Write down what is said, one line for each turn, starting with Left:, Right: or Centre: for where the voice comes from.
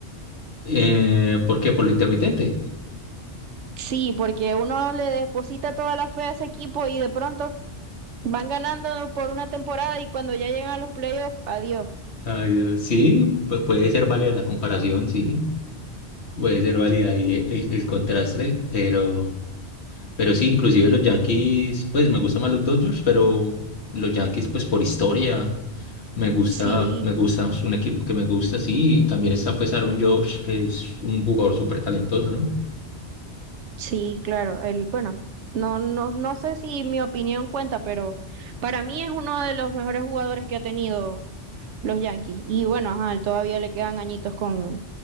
Left: eh, ¿por qué? Por lo intermitente.
Right: Sí, porque uno le deposita toda la fe a ese equipo y de pronto Van ganando por una temporada y cuando ya llegan a los playoffs, adiós.
Left: Ay, Dios, sí, pu- puede ser válida la comparación, sí. Puede ser válida ahí e- el, el contraste, pero, pero sí, inclusive los Yankees, pues me gustan más los Dodgers, pero los Yankees, pues por historia, me gusta,
Right: Sí,
Left: me gusta, es un equipo que me gusta, sí, y también está pues Aaron Judge, que es un jugador súper talentoso, ¿no?
Right: sí, claro. El, bueno, no, no, no sé si mi opinión cuenta, pero para mí es uno de los mejores jugadores que ha tenido los Yankees. Y bueno, ajá, todavía le quedan añitos con,